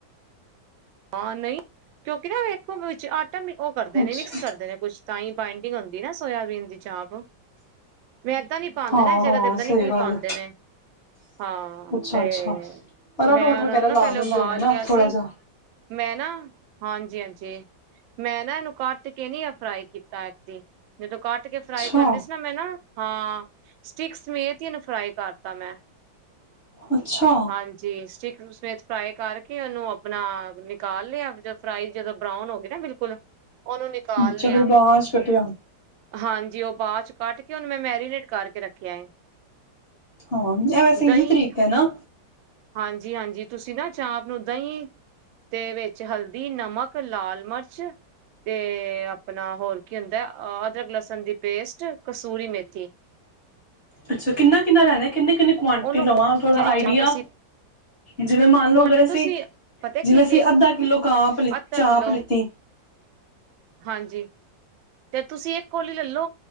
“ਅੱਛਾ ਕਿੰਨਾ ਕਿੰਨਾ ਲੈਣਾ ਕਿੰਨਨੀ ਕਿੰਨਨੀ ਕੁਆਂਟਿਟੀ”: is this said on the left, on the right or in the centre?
Left